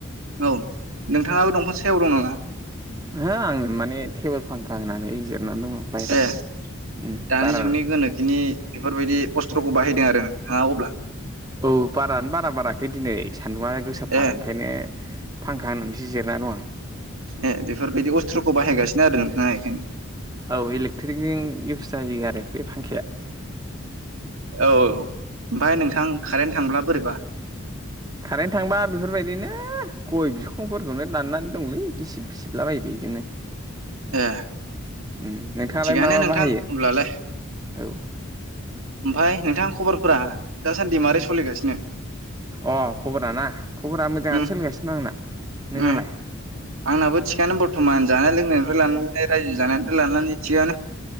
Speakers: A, on the right; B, on the right.
A: औ नोंथाङाबो दंफां सायाव दं नामा
B: <unintelligible> आङो माने टेबोल फांखा होनानै जिरनानै दङ बाहेरायाव
A: ए
B: उम
A: दानि
B: बारा
A: जुगनि गोनोखोनि बेफोरबायदि अस्त्रखौ बाहायदों आरो नोंथाङा अब्ला
B: औ बारानो बारा बाराखै दिनै सान्दुङा गोसाथार
A: ए
B: ओंखायनो फांखा होननानै एसे जिरायना दं आं
A: ए बेफोरबायदि अस्त्रखौ बाहायगासिनो आरो नोंथाङा बेखायनो
B: औ इलेक्ट्रिकजों इउस जायो आरो बे फांखाया
A: औ ओमफ्राय नोंथां कारेन्ट थांब्ला बोरैबा
B: खारेन्ट थांबा बेफोरबायदिनो गय बिखंफोरखौनो दाननानै दंलै गिसिब सिबलाबायो बेजोंनो
A: ए
B: उम नोंथाङालाय
A: थिगानो
B: मा मा
A: नोंथां
B: बाहायो
A: होमब्लालाय
B: औ
A: ओमफाय नोंथां खबरफोरा दासान्दि माबोरै सोलिगासिनो
B: अ खबरा ना खबरा मोजाङानो
A: उम
B: सोलिगासिनों आंना नोंनालाय
A: उम आंनाबो थिगानो बरथमान जानाय लोंनायनिफ्राय लानानै रायजो जानायनिफ्राय लानानै थिगानो